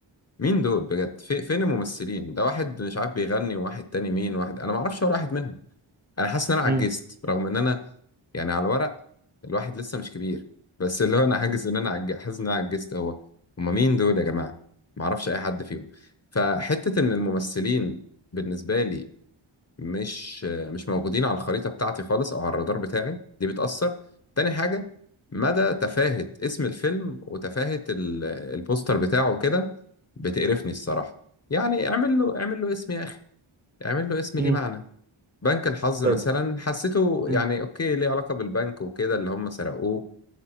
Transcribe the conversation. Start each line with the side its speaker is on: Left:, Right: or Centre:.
Left: مين دول بجد؟ في فين الممثلين؟ ده واحد مش عارف بيغني وواحد تاني مين واحد أنا معرفش ولا واحد منهم أنا حاسس إن أنا
Right: مم،
Left: عجزت رغم إن أنا يعني على الورق الواحد لسه مش كبير بس اللي هو أنا حاجز إن أنا عج... حاسس إن أنا عجزت هو هما مين دول يا جماعة؟ معرفش أي حد فيهم فحتة إن الممثلين بالنسبة لي مش مش موجودين على الخريطة بتاعتي خالص أو على الرادار بتاعي دي بتأثر تاني حاجة مدى تفاهة اسم الفيلم وتفاهة ال- البوستر بتاعه كده بتقرفني الصراحة يعني اعمل له اعمل له اسم يا أخي اعمل له اسم
Right: مم.
Left: ليه معنى بنك الحظ
Right: طيب
Left: مثلا حسيته
Right: مم.
Left: يعني أوكي ليه علاقة بالبنك وكده اللي هم سرقوه